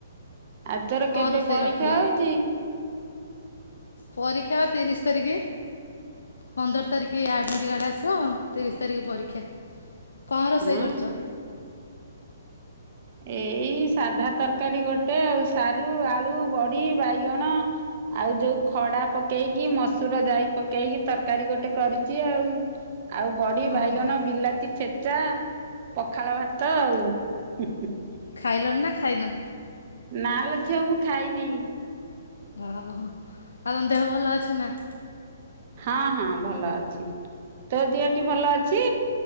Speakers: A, on the right (about 40°); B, on the left (about 65°).
A: ଆଉ ତୋର
B: କଣ
A: କେବେ
B: ରୋଷେଇ
A: ପରୀକ୍ଷା
B: କରିଥିଲ?
A: ହଉଚି?
B: ପରୀକ୍ଷା ବା ତିରିଶ ତାରିଖ ପନ୍ଦର ତାରିଖ ଆଡମିଟ୍ କାର୍ଡ ଆସିବ ତିରିଶ ତାରିଖ ପରୀକ୍ଷା। କଣ ରୋଷେଇ
A: ହଁ
B: କରୁଛ?
A: ଏଇ ସାଧା ତରକାରୀ ଗୋଟେ ଆଉ ସାରୁ, ଆଳୁ, ବଡ଼ି, ବାଇଗଣ ଆଉ ଯୋଉ ଖଡା ପକେଇକି ମସୁର ଜାଇ ପକେଇକି ତରକାରୀ ଗୋଟେ କରିଛି ଆଉ ଆଉ ବଡି,
B: ହଁ
A: ବାଇଗଣ,
B: ହଁ।
A: ବିଲାତି ଛେଚା ପଖାଳ ଭାତ ଆଉ। <inaudible>
B: ଖାଇଲଣି ନା ଖାଇନ।
A: ନା ଲୋ ଝିଅ ମୁଁ ଖାଇନି।
B: ଓହୋ ଆ ତମ ଦେହ ଭଲ ଅଛି ନା।
A: ହଁ ହଁ ଭଲ ଅଛି। ତୋ ଦିହଟି ଭଲ ଅଛି।